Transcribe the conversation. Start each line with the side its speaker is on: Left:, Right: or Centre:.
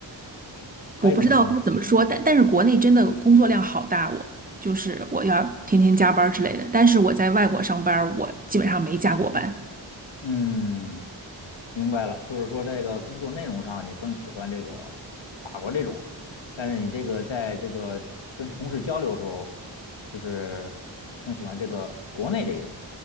Left: 可以这么说吗？
Right: 我不知道该怎么说，但但是国内真的工作量好大我，就是我要天天加班儿之类的。但是我在外国上班儿我基本上没加过班。
Left: 嗯，明白了，就是说这个工作内容上你更喜欢这个法国这种，但是你这个在这个跟同事交流的时候，就是更喜欢这个国内这一种，